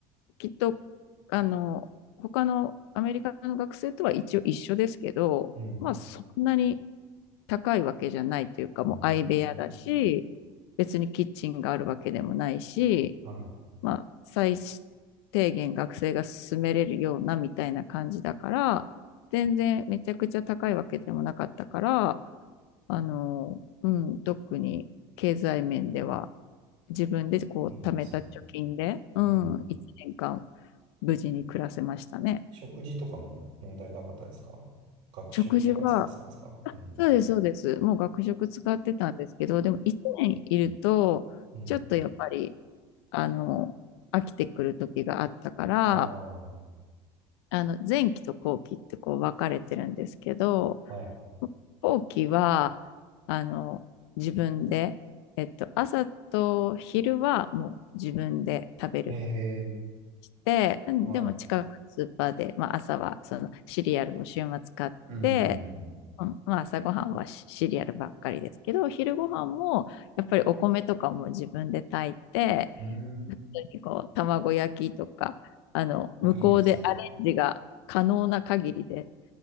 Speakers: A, on the left; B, on the right.
A: きっとあの他のアメリカの学生とは一応一緒ですけど、
B: うん。う
A: まあそんなに高いわけじゃないというか、もう相部屋だし、
B: ーん
A: 別にキッチンがあるわけでもないし、
B: は
A: まあ、最低限学生が進めれるようなみたいな感じだから、全然めちゃくちゃ高いわけでもなかったから、あの、うん、特に経済面では自分でこう貯めた貯金で、
B: い。いいですね。
A: うん、
B: うん。
A: 1年間無事に暮らせましたね。
B: 食事とかも問題なかったですか学食とか使ってたんですかうん。
A: 食事は、あそうです、そうです。もう学食使ってたんですけど、でも1年いると、
B: うん。
A: ちょっとやっぱり、あの、飽きてくる時があったから、
B: ああ、
A: あの、前期と後期ってこう分かれてるんですけど、
B: はい。
A: 後期は、あの、自分で、えっと、朝と昼はもう自分で食べる
B: ええ、
A: して、うん、
B: はい。
A: でも近くのスーパーで、まあ、朝はそのシリアルを週末買って、
B: うんうん
A: うん、まあ、朝ごはんはシシリアルばっかりですけど、昼ごはんもやっぱりお米とかも自分で炊いて、
B: うんうん。う
A: 本当にこう卵焼きとか、あの、
B: ーん。
A: 向こうでアレンジが可能な限りで
B: あ、いいですね。